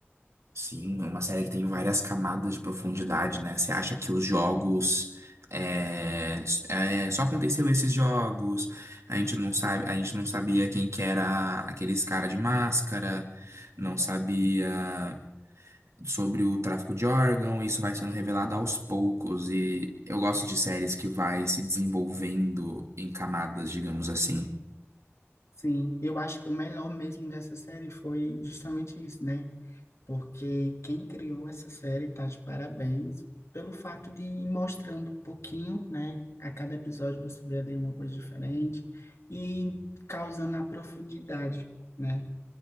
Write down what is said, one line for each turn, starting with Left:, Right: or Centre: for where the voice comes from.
Right: Sim, é uma série que tem várias camadas de profundidade, né? Você acha que os jogos. É, é, só aconteceu esses jogos. A gente não sabe, a gente não sabia quem que era aqueles cara de máscara, não sabia sobre o tráfico de órgão. Isso vai sendo revelado aos poucos. E eu gosto de séries que vai se desenvolvendo em camadas, digamos assim.
Left: Sim, eu acho que o melhor mesmo dessa série foi justamente isso, né? Porque quem criou essa série tá de parabéns pelo fato de ir mostrando um pouquinho, né? A cada episódio você vê ali uma coisa diferente e causando a profundidade, né?